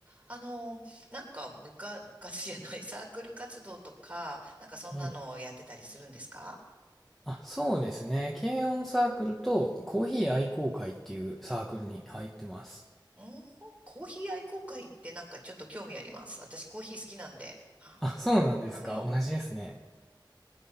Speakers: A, on the right; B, in the centre.
A: あの、なんか部活、部活じゃない、サークル活動とか、なんかそんなのをやってたりするんですか
B: はい。あ、そうですね。軽音サークルとコーヒー愛好会っていうサークルに入ってます。
A: うん、コーヒー愛好会ってなんかちょっと興味あります。私コーヒー好きなんで。は
B: あ、そうなんですか。
A: うん。
B: 同じですね。